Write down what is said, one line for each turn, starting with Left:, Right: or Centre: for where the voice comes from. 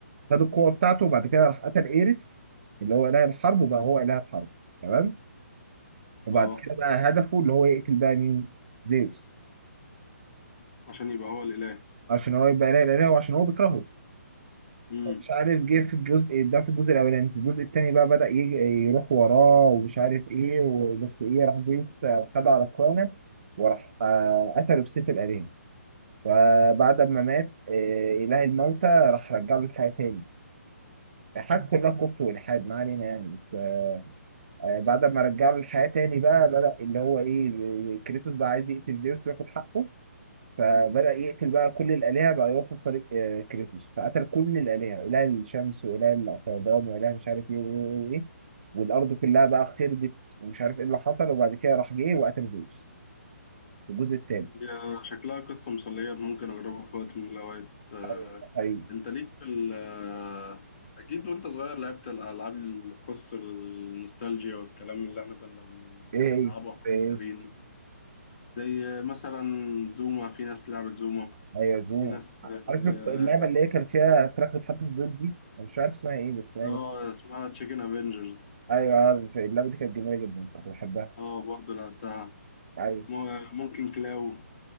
Right: خد القوة بتاعته وبعد كده راح قتل إيريس اللي هو إله الحرب وبقى هو إله الحرب تمام وبعد
Left: اه
Right: كده بقى هدفه اللي هو يقتل بقى مين؟ زيوس
Left: عشان يبقى هو الإله
Right: عشان هو يبقى لا اله وعشان هو عشان هو بيكرهه
Left: امم
Right: مش عارف جه في الجزء ده في الجزء الاولاني في الجزء التاني بقى بدأ يجي يروح وراه ومش عارف ايه وبس ايه راح زيوس خد على اخوانه وراح آه، قتله بسيف الآلهة فبعد ما مات آه، إله الموتى راح رجع له الحياة تاني الحاجة كلها كفر والحاد ما علينا يعني بس آه، بعد ما رجع له الحياة تاني بقى بدأ اللي هو ايه كريتوس بقى عايز يقتل زيوس وياخد حقه فبدأ يقتل بقى كل الآلهة بقى يوقف طريق آه، كريتوس فقتل كل الآلهة إله الشمس وإله الفيضان وإله مش عارف إيه وإيه وإيه وإيه والأرض كلها بقى خربت ومش عارف إيه اللي حصل وبعد كده راح جه وقتل زيوس في الجزء التاني
Left: هي شكلها قصة مسلية ممكن أجربها في وقت من الأوقات آه.
Right: أيوه أيوه
Left: أنت ليك في ال آه، أكيد وأنت صغير لعبت الألعاب اللي تخص النوستالجيا والكلام اللي إحنا كنا
Right: إيه إيه
Left: بنلعبه وإحنا
Right: إيه
Left: صغيرين زي مثلا زوما في ناس لعبت زوما
Right: أيوه زوم
Left: في ناس
Right: عارف
Left: آه
Right: اللعبة اللي هي كان فيها فراخ بتحط في البيض دي أنا مش عارف اسمها إيه بس يعني
Left: آه، اسمها تشيكن افنجرز
Right: أيوه عارف اللعبة دي كانت جميلة جدا كنت بحبها
Left: اه برضه لعبتها
Right: أيوه
Left: م- ممكن كلاو